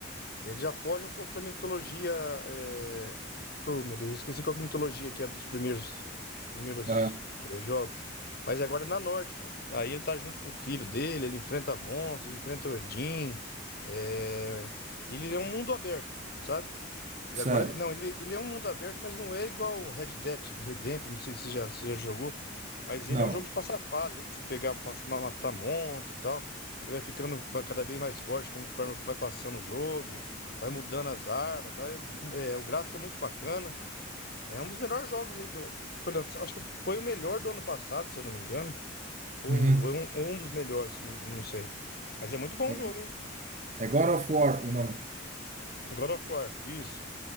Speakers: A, on the left; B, on the right.
A: ele já foge um pouco da mitologia. é, oh, meu Deus, eu esqueci qual que é a mitologia que era dos primeiros, primeiros
B: aham,
A: é, jogos. Mas agora é na nórdica. Aí ele tá junto com o filho dele, ele enfrenta monstros, enfrenta Odin. é, ele é um mundo aberto, sabe? Ele
B: certo.
A: agora. Não, ele, ele é um mundo aberto, mas não é igual o Red Dead Redemption. Não sei se você já, se já jogou. Mas ele
B: Não.
A: é um jogo de passar fase, né, de se pegar, passar, ma- matar monstros e tal. Você vai ficando ba- cada vez mais forte conforme vai passando o jogo. Vai mudando as armas, tá? É, um- é, o gráfico é muito bacana. É um dos melhores jogos aí do. Foi lançado, acho que foi o melhor do ano passado, se eu não me engano. Ou,
B: Uhum.
A: ou um, ou um dos melhores, se eu não, não sei. Mas é muito bom
B: É,
A: o jogo, hein?
B: é God of War o nome.
A: God of War, isso.